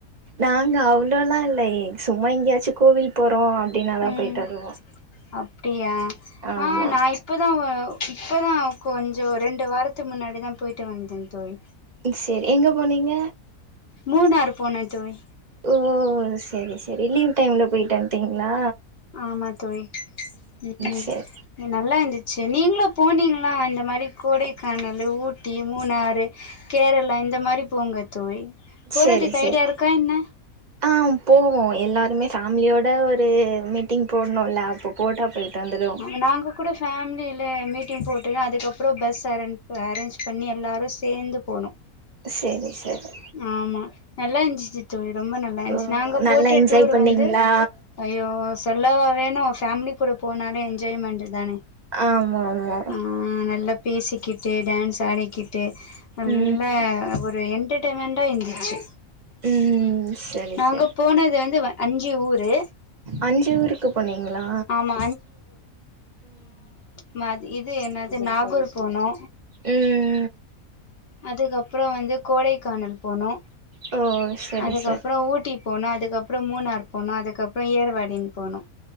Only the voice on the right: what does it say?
நாங்க அவ்ளோலா இல்ல சும்மா எங்கயாச்சு கோவில் போறோ அப்டின்ன தா
போயிட்டு வருவோ
ஆமா
ம் சேரி எங்க போனீங்க
ஓ சேரி சேரி லீவ் டைம்ல போய்ட்டு வந்துட்டீங்களா
சேரி
சேரி சேர்
ஆ போவோ எல்லாருமே ஃபேமிலியோட ஒரு மீட்டிங் போட்ணோல்ல அப்போ போட்டா போயிட்வந்துரு
சேரி சேரி
ஓ
நல்லா என்ஜாய்
பண்ணீங்களா
ஆமா ஆமா
ம்
ம் சரி
சரி
அஞ்சி ஊருக்கு போனீங்ளா
ம்
ஓ சரி
சரி